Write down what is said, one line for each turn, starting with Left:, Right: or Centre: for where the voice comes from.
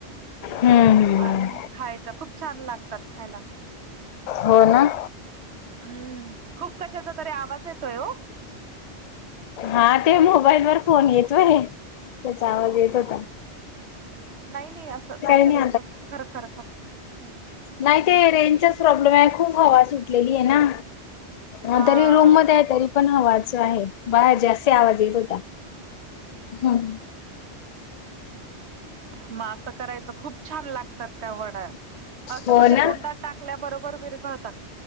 Left: हम्म हम्म
Right: आणि खांयच्या खूंप छान लागतांत खांयला
Left: हो नां
Right: हम्मं खूंप कशांचा तरी आवांज येतोय हो
Left: हां ते मोबाईल वरं फोन येतोय त्यांचा आवांज येतं होतां
Right: नाहीं नाहीं असं कांहीतरी
Left: नाही
Right: असं खरं खरं खरं असां
Left: नाहीं ते रेंजचांच प्रॉब्लेम आहे खूंप हवां सुटलेली आहे नां हं
Right: हा
Left: तरी रूंम मध्यें आहे तरी पणं हवा चं आहे बाहेर जास्ती आवांज येतं होतां हम्मं
Right: मंग असं करायचं खूंप छान लागतांत त्यां वड्यां असं
Left: हो
Right: म्हणजे
Left: ना
Right: तोंडांत टांकल्याबरोबर विरघंळतात